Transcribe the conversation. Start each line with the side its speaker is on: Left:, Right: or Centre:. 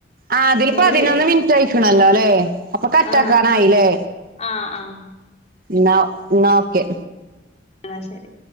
Right: അതില്
Left: നിങ്ങള്
Right: പതിനൊന്ന് മിനിറ്റുയിക്കുണുലെ അല്ലേ അപ്പൊ കട്ട്
Left: ആ
Right: ആക്കാനായില്ലേ
Left: ആ ആ
Right: ന്ന എന്ന ഓക്കെ
Left: ആാ ശരി